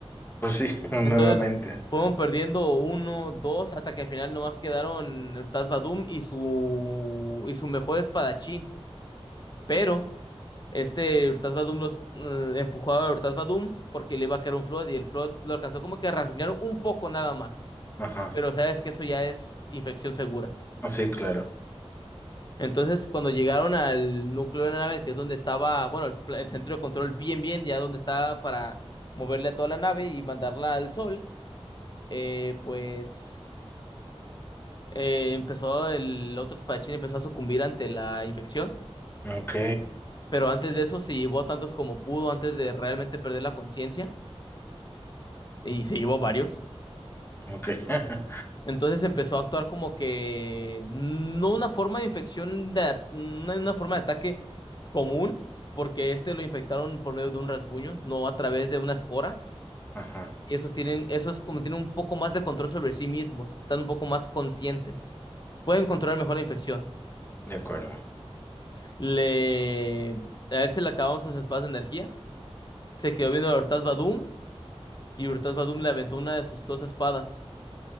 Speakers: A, on the left; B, on the left.
A: Pues sí, <laughs> nuevamente.
B: Entonces, fueron perdiendo uno, dos, hasta que al final nomás quedaron el Taz Vadum y su, y su mejor espadachín. Pero Este Urtas Badum los eh, empujó a Urtas Badum porque le iba a caer un Flood y el Flood lo alcanzó como que a rasguñar un poco nada más.
A: Ajá.
B: Pero sabes que eso ya es infección segura.
A: Ah, Sí, claro.
B: Entonces, cuando llegaron al núcleo de la nave, que es donde estaba, bueno, el, pla- el centro de control bien, bien, ya donde estaba para moverle a toda la nave y mandarla al sol, eh, pues eh, empezó el otro espadachín, empezó a sucumbir ante la infección.
A: Ok,
B: Pero antes de eso se llevó a tantos como pudo antes de realmente perder la conciencia y se llevó varios.
A: ok. <laughs>
B: Entonces empezó a actuar como que no una forma de infección, de, at- una, una forma de ataque común, porque este lo infectaron por medio de un rasguño, no a través de una espora.
A: Ajá,
B: Y esos tienen, esos como tienen un poco más de control sobre sí mismos, están un poco más conscientes. Pueden controlar mejor la infección.
A: de acuerdo.
B: Le, a él se le acabaron sus espadas de energía. Se quedó viendo a Urtas Badum y Urtas Badum le aventó una de sus dos espadas.